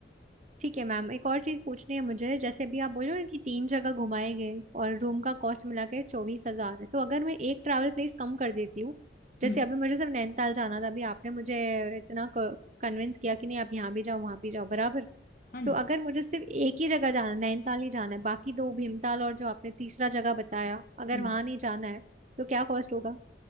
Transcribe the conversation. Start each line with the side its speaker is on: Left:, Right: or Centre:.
Right: ठीक है मैम एक और चीज पूछनी है मुझे जैसे अभी आप बोल रहे हो ना कि तीन जगह घुमाए गए और रूम का कॉस्ट मिला के चौबीस हजार है तो अगर मैं एक ट्रैवल प्लेस कम कर देती हूँ जैसे
Left: हम्म
Right: अभी मुझे सिर्फ नैनीताल जाना था अभी आपने मुझे इतना कन्विंस किया कि नहीं आप यहाँ भी जाओ वहां भी जाओ बराबर
Left: हाँ
Right: तो
Left: जी
Right: अगर मुझे सिर्फ एक ही जगह जाना है नैनीताल ही जाना है बाकी दो भीमताल और जो आपने तीसरा जगह बताया अगर
Left: हम्म
Right: वहां नहीं जाना है तो क्या कॉस्ट होगा?